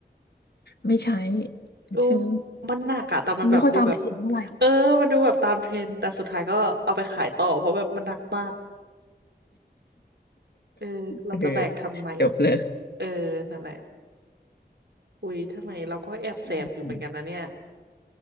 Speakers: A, on the left (about 70°); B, on the right (about 75°).
A: ไม่ใช้
B: โอ้
A: ฉัน
B: มันหนักอะแต่มันแบบดูแบบ
A: ฉันไม่ค่อยตามเทรนด์เท่าไหร่
B: เออมันดูแบบตามเทรนด์แต่สุดท้ายก็เอาไปขายต่อเพราะแบบมันหนักมากเออเราจะแบกทำไม
A: เออจบเลย
B: เออนั่นแหละอุ๊ยทำไมเราก็แอบแสบอยู่เหมือนกันนะเนี่ย
A: อืม